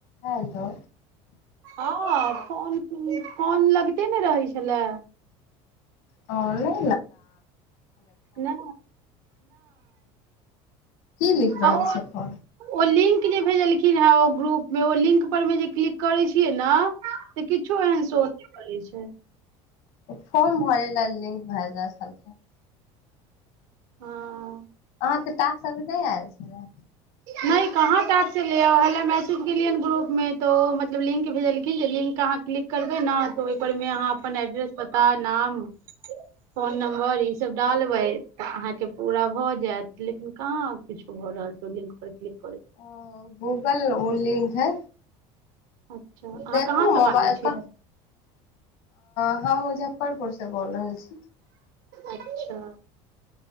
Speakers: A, on the left (about 75°); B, on the right (about 80°).
A: Hello
B: हँ phone phone लगते ने रहै छलै
A: आ <inaudible>
B: नै
A: की लिख रहल
B: ओ
A: छै फोन
B: लिंक जे भेजल लखिन हन ओ ग्रुप मे ओ लिंक पर मे जे क्लिक करे छियै न से किछो एहन शो नहि करै छै
A: फोर्म भरै ले लिंक भए जा सालक <unintelligible>
B: हँ
A: अहाँ के टास्क अभी नहि आयल छलै
B: नहि कहाँ बात केलियैये मैसेज केलियै हन ग्रुप मे तऽ ओ मतलब लिंक भेजलखिन लिंक अहाँ क्लिक करबै ने तऽ ओहि पर मे अहाँ अपन एड्रेस पता नाम फोन नम्बर ई सब डालबै तऽ अहाँके पूरा भऽ जायत लेकिन कहाँ किछु भऽ रहल छै करै छेलै <inaudible>
A: ओ गूगल ओ लिंक है
B: अच्छा अहाँ
A: देखू
B: कहाँसँ
A: ने मोबाइल
B: बाजै छियै
A: ओ हम बुझाइ मुजफ्फरपुरसँ बोल रहल छी
B: अच्छा